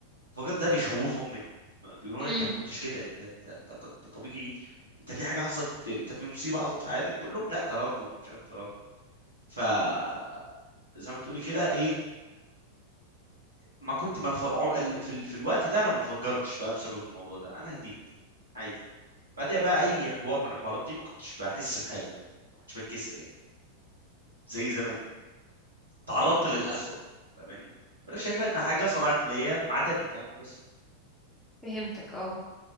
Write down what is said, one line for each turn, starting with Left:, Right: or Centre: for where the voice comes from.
Right: الانفجار ده بيخوفهم مني بيقولوا
Centre: امم
Right: لي انت ما كنتش كده انت انت انت, طب- انت طبيعي انت في حاجه حصلت يعني انت في مصيبه حصلت في حياتك بقول لهم لا تراكم مش عارف تراكم فزي ما تقولي كده ايه ما كنت منف... عو- ال- في, ال... في الوقت ده انا ما انفجرتش بقى بسبب الموضوع ده انا هديت عادي بعدها بقى اي حوار من الحوارات دي ما كنتش بحس بحاجه يعني ما كنتش بتكسر يعني زي زمان تعرضت للأسوأ فاهماني فانا شايفها ان حاجه صرعت ليا معدني فاهمه بس
Centre: فهمتك اه